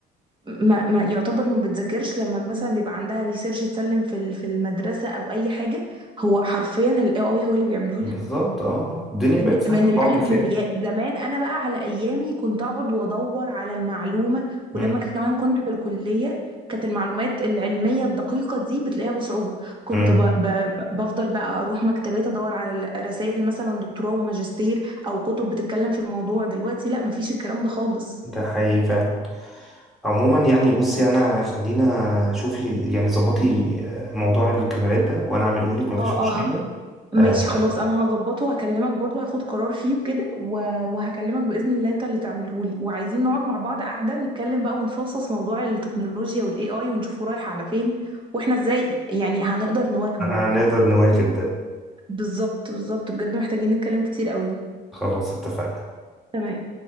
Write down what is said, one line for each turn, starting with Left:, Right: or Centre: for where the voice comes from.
Right: ما, ما يعتبر ما بتذاكرش لما مثلا بيبقى عندها ريسيرش تسلم في ال- في المدرسه او اي حاجه هو حرفيا الاي اي هو اللي بيعمله
Centre: بالظبط
Right: لها
Centre: اه الدنيا
Right: من
Centre: بقت
Right: ال-
Centre: سهله
Right: من
Centre: خالص
Right: الالف للياء
Centre: يعني
Right: زمان انا بقى على ايامي كنت اقعد وادور على المعلومه
Centre: امم
Right: ولما كمان كنت في الكليه كانت المعلومات العلميه الدقيقه دي بتلاقيها بصعوبه كنت
Centre: امم
Right: ب... ب... بفضل بقى اروح مكتبات ادور على رسائل مثلا دكتوراه وماجستير او كتب بتتكلم في الموضوع دلوقتي لا مفيش الكلام ده خالص
Centre: ده حقيقي فعلا عموما يعني بصي انا خلينا شوفي يعني ظبطي آه، موضوع الكاميرات ده وانا اعمله لك مفيش
Right: اه
Centre: مشكلة
Right: اه
Centre: آه،
Right: ماشي خلاص انا هظبطه وهكلمك برضه هاخد قرار فيه وكده و- وهكلمك باذن الله انت اللي تعمله لي وعايزين نقعد مع بعض قاعده نتكلم بقى ونفصص موضوع التكنولوجيا والاي اي ونشوفه رايح على فين واحنا ازاي يعني هنقدر نواكبه
Centre: هنقدر نواكب ده
Right: بالظبط بالظبط بجد محتاجين نتكلم كتير قوي
Centre: خلاص اتفقنا
Right: تمام